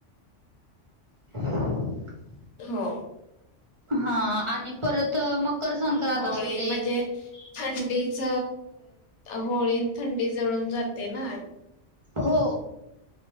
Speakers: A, on the right; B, on the left.
A: <inaudible>
B: हो.
A: हा आणि परत मकर संक्रांत
B: होळी
A: असू दे
B: म्हणजे थंडीच, होळीत थंडी जळून जाते ना.
A: हो.